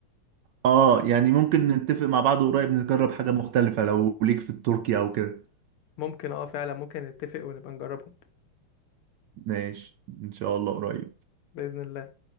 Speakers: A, on the right; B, on the left.
A: اه يعني ممكن نتفق مع بعض قريب نجرب حاجه مختلفه لو ليك في التركي او كده
B: ممكن اه فعلا ممكن نتفق ونبقى نجربهم
A: ماشي ان شاء الله قريب
B: بإذن الله